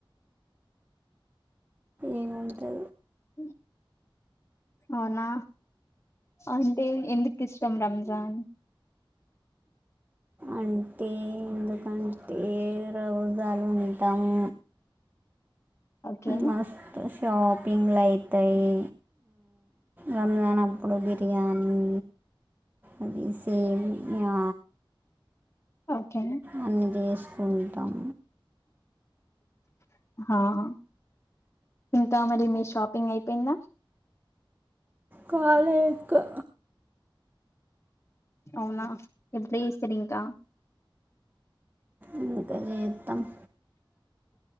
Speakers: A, on the right; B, on the left.
A: ఏముంటదు
B: ఉ అవునా అంటే ఎందుకు ఇష్టం రంజాన్
A: అంటే ఎందుకంటే రోజాలుంటాము
B: ఓకే
A: మస్తు షాపింగ్లు అయితాయి రంజాన్ అపుడు బిర్యానీ అది సేమ్యా
B: ఓకే
A: అన్నీ చేసుకుంటాం
B: ఆహ ఎంత అ మరి మీష్ షాపింగ్ అయిపోయిందా
A: కాలె ఇంకా
B: అవునా ఎప్పుడస్తరింకా
A: ఇంకా చేత్తము